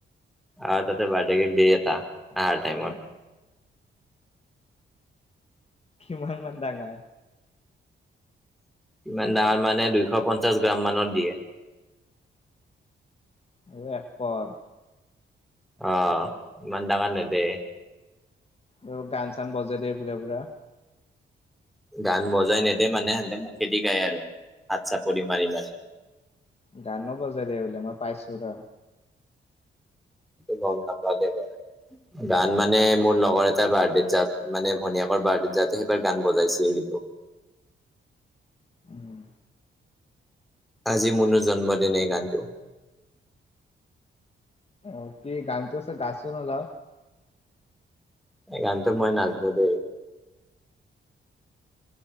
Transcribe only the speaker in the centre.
অ ত বাডদে কেক এটা হ টাইমত।
ইমান ডাঙৰ মানে দুইশ পঞ্চাশ গ্ৰাম মানত দিয়ে।
অ, ইমান ডাঙৰ নিদে।
গান বজাই নেদে মানে সিহতে মুখেদি গায় আৰু হাত চাপৰি মাৰি মাৰি।
গম নাপাও দে মই। গান মানে মোৰ লগৰ এটাৰ বাৰ্থডেত যাত মানে ভনীয়েকৰ বাৰ্থডেত যাতে সেইবাৰ গান বজাইছিল কিন্তু।
আজি মোনো জন্মদিন এই গানটো।
এই গানটো মই নাজানো দেই।